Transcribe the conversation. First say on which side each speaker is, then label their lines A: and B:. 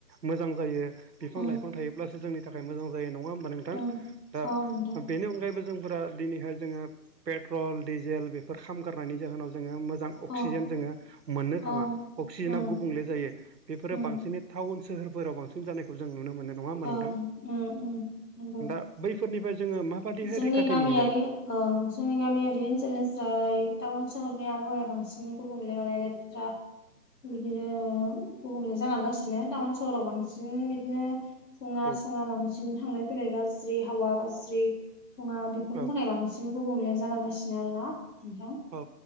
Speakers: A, on the right; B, on the left.
A: मोजां जायो। बिफां
B: उम
A: लाइफां थायोब्लासो जोंनि थाखाय मोजां जायो नङा होमबा नों थां
B: उम
A: दा
B: अ नोंथां
A: बेनि अनगायैबो जोंफोरा दिनैहाय जोङो पेट्रल डिजेल बेफोर खामगारनायनि जाहोनाव जोङो मोजां अक्सिजेन
B: अ
A: जोङो मोननो थाङा,
B: ओं
A: अक्सिजेना
B: उम
A: गुबुंले जायो बेफोरो
B: उम
A: बांसिनै टाउन सोहोरफोराव बांसिन जानायखौ जों नुनो मोनो। नङा होमबा
B: ओं
A: नोंथां
B: उम उम नंगौ
A: दा बैफोरनिफ्राय जोङो माबादिहाय
B: जोंनि
A: रैखाथि
B: गामियारि
A: मोनगोन
B: ओं जोंनि गामियारि ओनसोलनिफ्राय टाउन सोहरनि आबहावाया बांसिन गुबुंलेम माने लेथ्रा बिदिनो गुबुंले जालांगासिनो टाउन सहराव बांसिन बिदिनो दुङा
A: औ
B: सुङा बांसिन थांलाय फैलाय गाज्रि हावा गाज्रि दुङा बेफोरनि
A: औ
B: थाखाय बां सिन गुबुंले जालांगासिनो आरोना नोंथां!
A: औ